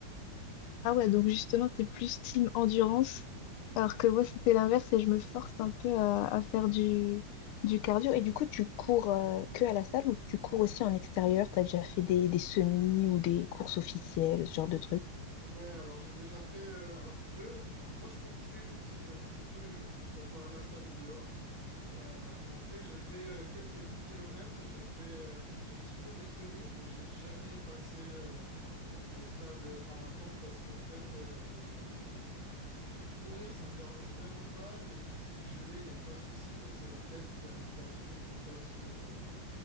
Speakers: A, on the left; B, on the right.
A: Ah ouais, donc justement, t'es plus team endurance, alors que moi, c'était l'inverse et je me force un peu à, à faire du, du cardio. Et du coup, tu cours euh, que à la salle ou tu cours aussi en extérieur? T'as déjà fait des, des semis ou des courses officielles, ce genre de trucs?
B: Ouais, alors j'ai déjà fait, euh, alors peu, bon, moi je cours tous les jours 10 kilomètres tous les jours, que ce soit à la salle ou dehors. Euh, après, j'ai fait euh, quelques dix kilomètres j'ai fait euh, un tout petit peu de semi, mais j'ai jamais passé euh, le stade marathon parce qu'en fait, euh, bah, courir, ça me dérange vraiment pas. Le physique, je l'ai, il n'y a pas de souci, mais c'est la tête qui arrive pas à suivre en fait sur euh, le